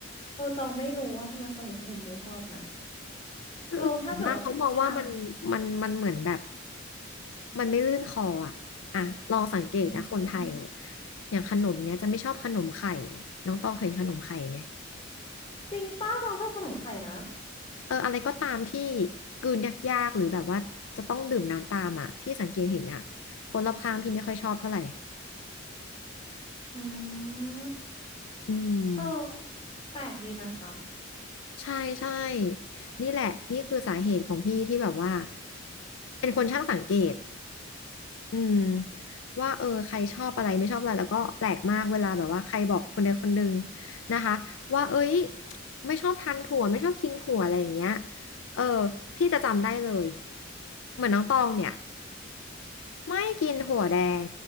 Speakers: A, on the left; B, on the left.
A: เออตองไม่รู้ว่าทำไมคนอื่นเขาถึงไม่ชอบนะ
B: คนอื่นมากเขามองว่ามันมันมันเหมือนแบบ
A: เราถ้าเกิดว่าเป็นชา
B: มันไม่ลื่นคออ่ะอ่ะลองสังเกตนะคนไทย
A: อืม
B: อย่างขนมเนี้ยจะไม่ชอบขนมไข่น้องต้องเคยเห็นขนมไข่ไหม
A: จริงป้าต้องชอบขนมไข่นะ
B: เอออะไรก็ตามที่กลืนยากๆหรือแบบว่าจะต้องดื่มน้ำตามอ่ะพี่สังเกตเห็นอ่ะคนรอบข้างพี่ไม่ค่อยชอบเท่าไหร่
A: อ่า
B: อืม
A: เออแปลกดีนะคะ
B: ใช่ใช่นี่แหละนี่คือสาเหตุของพี่ที่แบบว่าเป็นคนช่างสังเกต อืมว่าเออใครชอบอะไรไม่ชอบอะไรแล้วก็แปลกมากเวลาแบบว่าใครบอกคนใดคนหนึ่งนะคะว่าเอ้ยไม่ชอบทานถั่วไม่ชอบกินถั่วอะไรอย่างเงี้ยเออพี่จะจำได้เลยเหมือนน้องตองเนี่ยไม่กินถั่วแดง